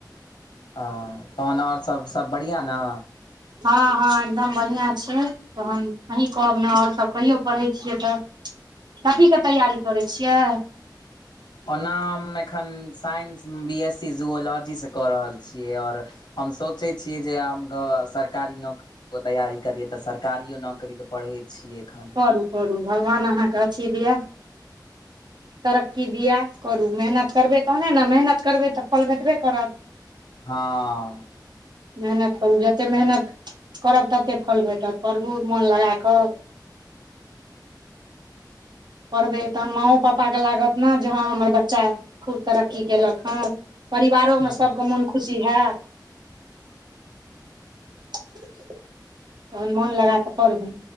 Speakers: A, on the left (about 80°); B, on the right (about 70°).
A: ह तहन आओर सब सब बढ़िआं न
B: हँ हँ एकदम बढ़िआँ छै तहन अहीँ कहब ने आओर सभ कहियौ पढ़ै छियै तऽ कथीके तैयारी करै छियै
A: ओना हम एखन साइंस बी एस सी जुओलॉजीसँ कऽ रहल छियै आओर हम सोचै छियै जे आ घ सरकारी नौकरी तैयारी करियै तऽ सरकारियो नौकरीके पढ़ै छियै एखन
B: करू करू भगवान अहाँके अथी दिअ तरक्की दिया करू मेहनत करबै तहने न मेहनत करबै तऽ फल भेटबे करत
A: हँ
B: मेहनत करू जत्ते मेहनत करब ततेक फल भेटत परहु मोन लगाकऽ पढ़बै तहन माँओ पापाके लागत न जे हँ हमर बच्चा खूब तरक्की केलक हँ परिवारोमे
A: हँ
B: सभके मोन खुशी हे तहन मोन लगा कऽ परहु